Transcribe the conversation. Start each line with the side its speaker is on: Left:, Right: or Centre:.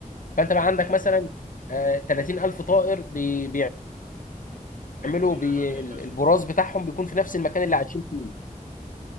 Left: فانت
Right: ايوه
Left: بقى عندك
Right: ايوه
Left: مثلا آه، 30000 طائر بي-
Right: معتمدين
Left: بيعملوا بي
Right: على العامل البشري
Left: ال- البراز
Right: كده
Left: بتاعهم بيكون في نفس المكان اللي عايشين فيه